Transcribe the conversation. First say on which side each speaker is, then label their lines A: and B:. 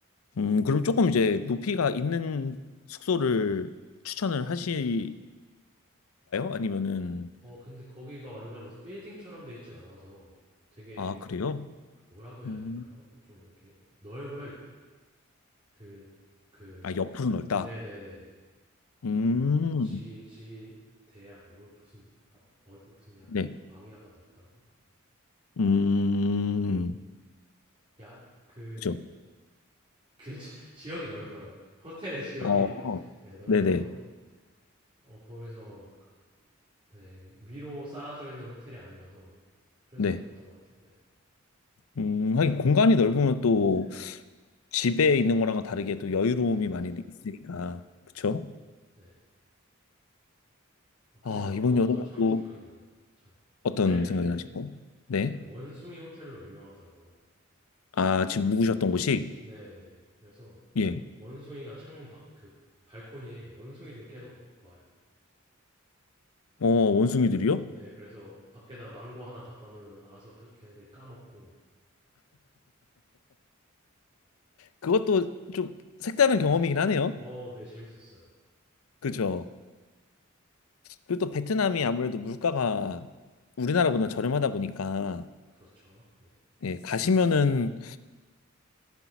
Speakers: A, on the left; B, on the right.
A: 음, 그럼 조금 이제 높이가 있는 숙소를 추천을 하실까요? 아니면은,
B: 어 근데 거기가 완전 무슨 빌딩처럼 돼 있진 않아서 되게
A: 아, 그래요?
B: 뭐라고 해야
A: 음,
B: 될까요? 뭐좀 이렇게 넓어요. 그그
A: 아, 옆으로 넓다.
B: 네네네 그 네, 네, 네.
A: 음,
B: 그 지지 대야 뭘 무슨 어디 무슨 야
A: 네.
B: 광야가 넓다 하나?
A: 음,
B: 평야그네평그
A: 그죠.
B: <laughs> 지역이 넓어요. 호텔의 지역이
A: 어,
B: 네, 넓어서
A: 네네,
B: 어, 거기서 막 네, 위로 쌓아져 있는 호텔이 아니라서 그래서
A: 네.
B: 좋았던 것 같아요. 네.
A: 음, 하긴 공간이 넓으면 또
B: 네네.
A: 집에 있는 거랑은 다르게 또 여유로움이
B: 네, 맞아요.
A: 많이 있으니까,
B: 네.
A: 그쵸?
B: 네. 아, 그리고
A: 아,
B: 아,
A: 이번
B: 그것도
A: 여름에
B: 참
A: 또
B: 생각이 나네요. 참.
A: 어떤
B: 호텔에 있는데
A: 생각이 나시고? 네.
B: 거기 원숭이 호텔로 유명하더라고요.
A: 아, 지금 묵으셨던 곳이?
B: 네네. 그래서
A: 예.
B: 원숭이가 창문 밖 그 발코니에 원숭이들이 계속 와- 와요.
A: 어, 원숭이들이요?
B: 그래, 네, 그래서 밖에다 망고 하나 갖다 놓으면 알아서 밖 걔네들이 까먹고.
A: 그것도 좀 색다른 경험이긴 하네요.
B: 어, 네, 재밌었어요.
A: 그죠. 그리고 또 베트남이 아무래도 물가가 우리나라보다 저렴하다 보니까,
B: 그렇죠. 네.
A: 예, 가시면은